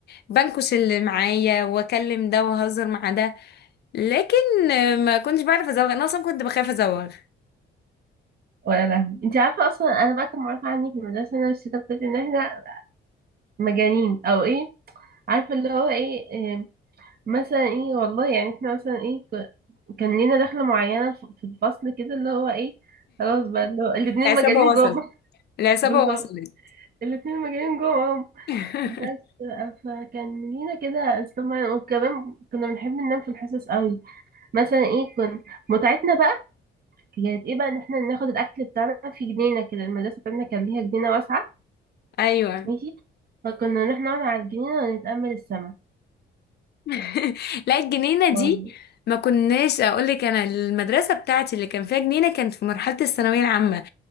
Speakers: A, on the left (about 55°); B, on the right (about 50°).
A: بنكش اللي معايا واكلم ده واهزر مع ده لكن آه، ما كنتش بعرف ازوغ انا اصلا كنت بخاف ازوغ
B: ولا لا انت عارفه اصلا انا بقى كان معروف عني في المدرسه ان انا الشتا بتاعتي ان احنا مجانين او ايه عارفه اللي هو ايه مثلا ايه والله يعني احنا مثلا ايه ك- كان لينا دخلة معينة ف- في الفصل كده اللي هو ايه خلاص بقى اللي هو الاتنين
A: العصابة
B: مجانين
A: وصلت
B: جوه <laughs>
A: العصابة
B: بالظبط
A: وصلت
B: الاتنين مجانين جوه
A: <laughs>
B: بس آه، فكان لينا كده اسلوب وكمان كنا بنحب ننام في الحصص قوي مثلا ايه كن متعتنا بقى كانت ايه بقى ان احنا ناخد الاكل بتاعنا في جنينة كده المدرسة بتاعتنا كان ليها جنينة واسعة
A: ايوه
B: ماشي فكنا نروح نقعد على الجنينة ونتأمل السما
A: <laughs> لا الجنينة دي
B: والله
A: ما كناش اقول لك انا المدرسة بتاعتي اللي كان فيها جنينة كانت في مرحلة الثانوية العامة